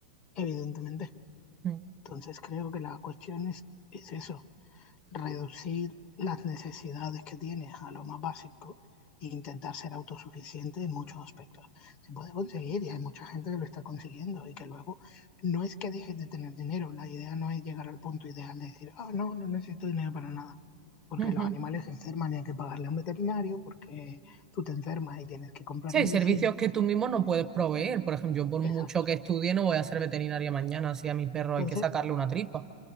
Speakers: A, on the left; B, on the right.
A: evidentemente.
B: ¿no? Mm.
A: Entonces creo que la cuestión es, es eso, reducir las necesidades que tienes a lo más básico e intentar ser autosuficiente en muchos aspectos. Se puede conseguir y hay mucha gente que lo está consiguiendo y que luego no es que dejes de tener dinero, la idea no es llegar al punto ideal de decir, ah, oh, no, no necesito dinero para nada, porque
B: <laughs>
A: los animales se enferman y hay que pagarle a un veterinario, porque tú te enfermas y tienes que comprar
B: Sí, hay
A: medicina.
B: servicios que tú mismo no puedes proveer. Por ejemplo, yo por
A: Exacto.
B: mucho que estudie no voy a ser veterinaria mañana si a mi perro hay
A: Entonces,
B: que sacarle una tripa.